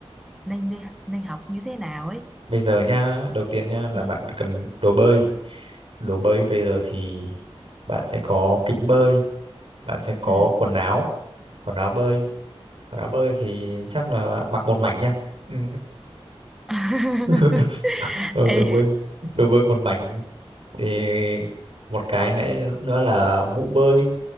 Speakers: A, in the centre; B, on the right.
A: nên đi nên học như thế nào ấy
B: Bây giờ nhá, đầu tiên nhá là
A: ừ.
B: bạn cần đồ bơi. Đồ bơi bây giờ thì bạn sẽ có kính bơi bạn sẽ có
A: Ừ.
B: quần áo quần áo bơi quần áo bơi thì chắc là mặc một mảnh nha ừ.
A: <laughs>
B: <laughs> Ờ, đồ
A: Ê.
B: bơi đồ bơi một mảnh thì một cái nữa nữa là mũ bơi